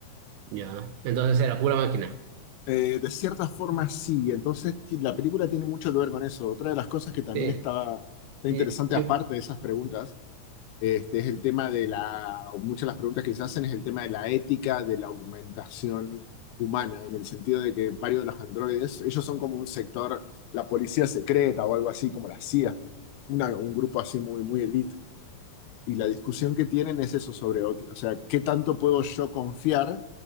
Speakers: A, on the right; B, on the left.
A: ya. Entonces era pura máquina.
B: Eh, de cierta forma sí, entonces ti- la película tiene mucho que ver con eso. Otra de las cosas que también
A: Sí,
B: está está
A: y,
B: interesante
A: y-
B: aparte de esas preguntas Este es el tema de la, muchas de las preguntas que se hacen es el tema de la ética de la augmentación humana, en el sentido de que varios de los androides, ellos son como un sector, la policía secreta o algo así, como la CIA, una- un grupo así muy, muy elite. Y la discusión que tienen es eso sobre, ok, o sea, ¿qué tanto puedo yo confiar?